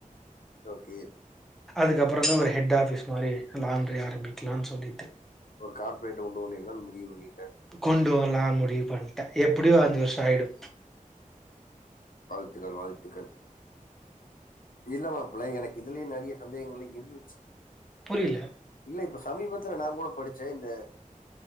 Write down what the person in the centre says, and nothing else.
அதுக்கப்றந்தா ஒரு ஹெட் ஆஃபிஸ் மாரி லாண்ட்ரி ஆரம்பிக்கலான் சொல்லிட்டு
கொண்டு வர்லான் முடிவு பண்ட்டே எப்டியு அஞ்சு வர்ஷோ ஆயிடு
புரில